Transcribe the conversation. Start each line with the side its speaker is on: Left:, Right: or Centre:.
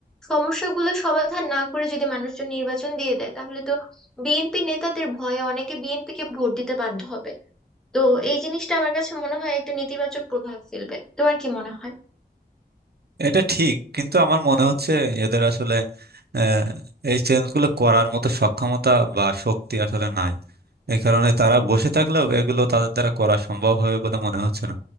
Centre: সমস্যাগুলো সমাধান না করে যদি মানুষজন নির্বাচন দিয়ে দেয় তাহলে তো বিএনপি নেতাদের ভয়ে অনেকে বিএনপি কে ভোট দিতে বাধ্য হবে তো এই জিনিসটা আমার কাছে মনে হয় একটা নেতিবাচক প্রভাব ফেলবে তোমার কি মনে হয়
Right: এটা ঠিক কিন্তু আমার মনে হচ্ছে এদের আসলে আহ, এই চেঞ্জগুলো করার মতো সক্ষমতা বা শক্তি আসলে নাই এই কারণে তারা বসে থাকলেও এগুলো তাদের দ্বারা করা সম্ভব হবে বলে মনে হচ্ছে না